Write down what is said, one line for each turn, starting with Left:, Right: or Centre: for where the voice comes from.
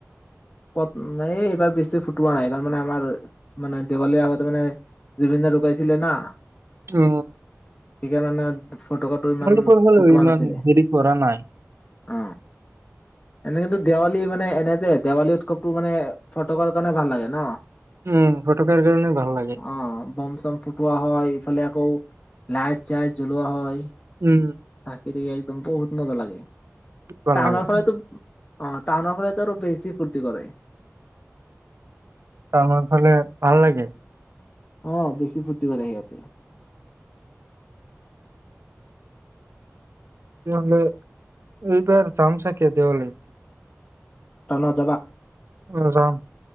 Left: ফট এই এইবাৰ বেছি ফুটোৱা নাই এইবাৰ মানে আমাৰ মানে দেৱালীৰ আগতে মানে জুবিনদাৰ ঢুকাইছিলে না
Right: অ
Left: <unintelligible> ইমান
Right: তোমালোকৰ ফালে
Left: ফুটোৱা
Right: ইমান
Left: নাছিলে
Right: দেৰি কৰা নাই
Left: অ এনে কিন্তু দেৱালী মানে এনেতে দেৱালী উৎসৱটো মানে ফটকাৰ কাৰণে ভাল লাগে ন
Right: উম, ফটকাৰ কাৰণে ভাল লাগে।
Left: অ বম চম ফুটোৱা হয় ইফালে ক লাইট চাইত জলোৱা হয়
Right: উম
Left: চাকি একদম বহুত মজা লাগে
Right: ভাল
Left: টাউনৰ
Right: লাগে।
Left: ফলেতো অ টাউনৰ ফালেটো আৰু বেছি ফূৰ্তি কৰে
Right: ত আমাৰ ফালে ভাল লাগে
Left: অ বেছি ফূৰ্তি কৰে সিহঁতে
Right: তেহলে এইবাৰ যাম চাগে দেৱালীত
Left: তনত
Right: এজাম